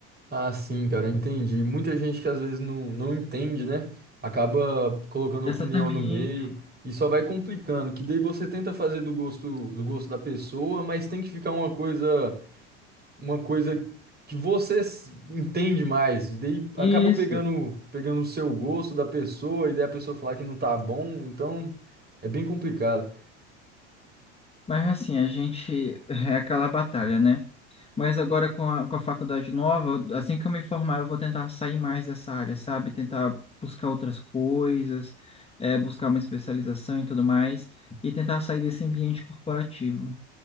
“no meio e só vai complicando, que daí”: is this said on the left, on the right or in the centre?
Right